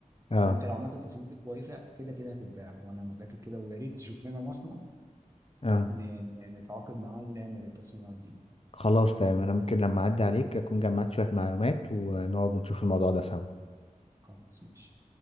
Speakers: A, on the right; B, on the left.
A: فانت
B: اه
A: لو عملت تصميمات كويسه كده كده هتتباع وانا متاكد كده ويا ريت تشوف لنا مصنع
B: اه
A: ن- ن- نتعاقد معاه ونعمل التصميمات دي
B: خلاص تمام انا ممكن لما اعدي عليك اكون جمعت شوية معلومات ونقعد ونشوف الموضوع ده سوا
A: خلاص ماشي